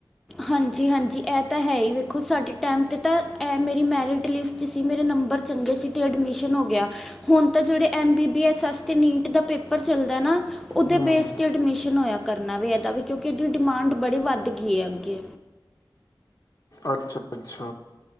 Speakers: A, in the centre; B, on the left (about 45°).
A: ਹਾਂਜੀ, ਹਾਂਜੀ ਇਹ ਤਾਂ ਹੈ ਹੀ ਵੇਖੋ ਸਾਡੇ ਟਾਈਮ 'ਤੇ ਤਾਂ ਇਹ ਮੇਰੀ ਮੈਰਿਟ ਲਿਸਟ ਸੀ। ਮੇਰੇ ਨੰਬਰ ਚੰਗੇ ਸੀ ਤੇ ਐਡਮਿਸ਼ਨ ਹੋ ਗਿਆ। ਹੁਣ ਤਾਂ ਜਿਹੜੇ M, B, B, S, S. ਤੇ, ਨੀਟ ਦਾ ਪੇਪਰ ਚੱਲਦਾ ਨਾ ਉਹਦੇ
B: ਹੂੰ
A: ਬੇਸ 'ਤੇ ਐਡਮਿਸ਼ਨ ਹੋਇਆ ਕਰਨਾ। ਵੀ ਇਹਦਾ ਵੀ ਕਿਉਂਕਿ ਇਹਦੀ ਡਿਮਾਂਡ ਬੜੀ ਵੱਧ ਗਈ ਏ ਓਕੇ।
B: ਅੱਛਾ, ਅੱਛਾ।